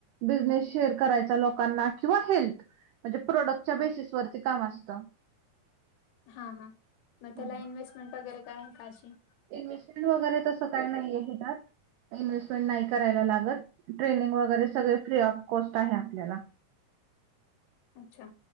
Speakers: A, on the right; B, on the left.
A: बिझनेस शेअर करायचा, लोकांना किंवा हेल्थ म्हणजे प्रोडक्टच्या बेसिसवररती काम असतं.
B: हां हां, म त्याला
A: हम्म.
B: इन्व्हेस्टमेंट वगैरे काय आहे, का अशी?
A: इन्व्हेस्टमेंट वगैरे तसं काही नाही ये, ह्याच्यात. इन्व्हेस्टमेंट नाही करायला लागत, ट्रेनिंग वगैरे सगळे फ्री ऑफ कॉस्ट आहे आपल्याला.
B: अ्छा,